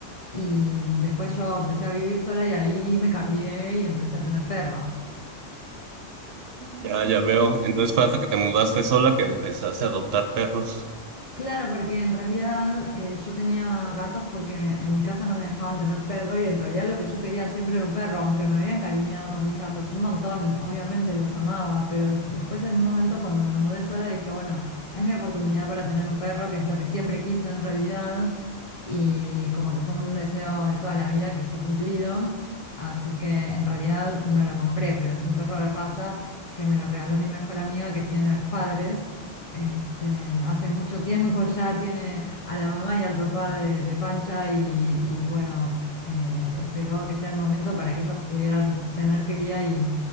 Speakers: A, on the left; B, on the right.
A: y después yo empecé a vivir sola y ahí me cambié y empecé a tener perros.
B: Ya, ya veo. Entonces fue hasta que te mudaste sola que empezaste a adoptar perros.
A: Claro, porque en realidad eh, yo tenía gatos porque en mi casa no me dejaban tener perro y en realidad lo que yo quería siempre era un perro, aunque me había encariñado con mis gatos un montón, obviamente los amaba, pero después en un momento cuando me mudé sola dije, bueno, es mi oportunidad para tener un perro, que es lo que siempre quise en realidad, y como que fue un deseo de toda la vida que fue cumplido, así que en realidad no lo compré, pero es un perro de raza que me lo regaló mi mejor amiga que tiene a los padres. Este, hace mucho tiempo ya tiene a la mamá y al papá de, de Pancha y, y bueno, eh, esperó a que sea el momento para que ellos pudieran tener cría y